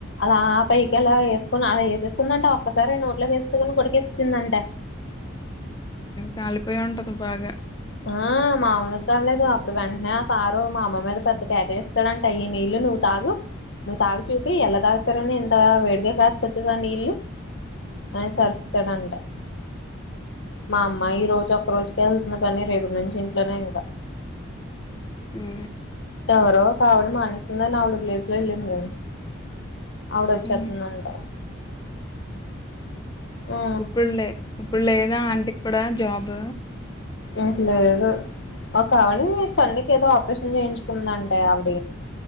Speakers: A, on the left; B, on the left.
A: అలా పైకి అలా వేసుకుని అలా వేసేసుకుందంట ఒక్కసారి నోట్లకి వేసుకొని కొకేస్తుందంట
B: కాలిపోయా ఉంటదు బాగా
A: ఆ మామలు కాలలేదు అప్పుడు వెంటనే ఆ సారు మా అమ్మ మీద పెద్ద కేకలు ఇస్తాడంటయయి నీళ్లు నువ్వు తాగు నువ్వు తాగు చూపి ఎలా తాగుతారుని ఎంత వేడిగా కాసుకొచ్చేసా నీళ్లు అ <unintelligible> మా అమ్మా ఈ రోజు ఒక్క రోజుక వెళ్తున్నని రేపు నుంచి ఇంట్లోనే ఇంకా
B: హ్మ్.
A: ఎవరు ఇ ఆవిడ మానిస్తుందని ఆవిడ ప్లేస్ లో వెళ్ళింది ఆవిడ వచ్చేస్తుందంట
B: హ్మ్.
A: ఆ,
B: ఇప్పుడు లే ఇప్పుడు లేదా ఆంటికి కూడా జాబ్
A: ఇంకా లెధు కావడి కన్నకి ఏదో ఆపరేషన్ చేయించుకుందంటే ఆవిడ